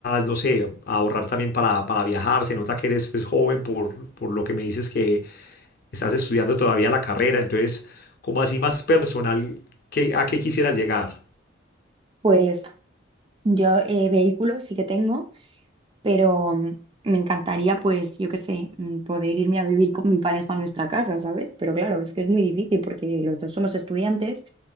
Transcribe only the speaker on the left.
no sé, ahorrar también para, para viajar, se nota que eres pues, joven por, por lo que me dices que estás estudiando todavía la carrera, entonces, como así más personal, ¿qué, a qué quisieras llegar?